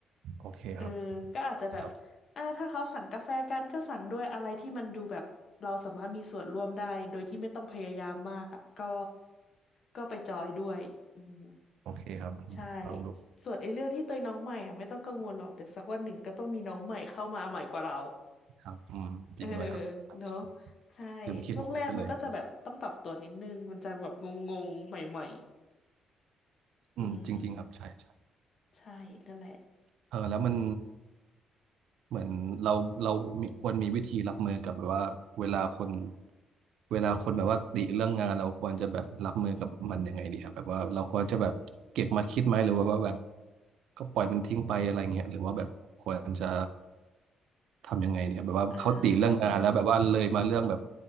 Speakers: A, on the right; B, on the left.
A: โอเคครับ
B: เออก็อาจจะแบบ
A: ครับ
B: อ่าถ้าเขาสั่งกาแฟกันก็สั่งด้วยอะไรที่มันดูแบบเราสามารถมีส่วนร่วมได้ โดยที่ไม่ต้องพยายามมากอ่ะก็ก็ไปจอยด้วยอืม
A: โอเคครับอืมฟังดู
B: ใช่ ส่วนไอ้เรื่องที่ตัวเองน้องใหม่อ่ะไม่ต้องกังวลหรอก แต่สักวันหนึ่งก็ต้องมีน้องใหม่เข้ามาใหม่กว่าเรา
A: ครับอืมจริงด้วยครับใช่
B: เออเนอะใช่
A: ลืมคิดมุมนี้ไปเลย
B: ช่วงแรกมันก็จะแบบต้องปรับตัวนิดนึงมันจะแบบงงๆใหม่ๆอืม
A: อืมจริงๆครับใช่ใช่
B: ใช่นั่นแหละ
A: เออแล้วมันเหมือนเราเรามีควรมีวิธีรับมือกับแบบว่าเวลาคนเวลาคนแบบว่าติเรื่องงานเราควรจะแบบรับมือกับมันยังไงดีครับแบบว่าเราควรจะแบบเก็บมาคิดไหมหรือว่าว่าแบบก็ปล่อยมันทิ้งไปอะไรเงี้ยหรือว่าแบบควรจะทำยังไงเนี่ยแบบว่าเขาติเรื่องงานแล้วแบบว่าเลยมาเรื่องแบบ
B: อ่า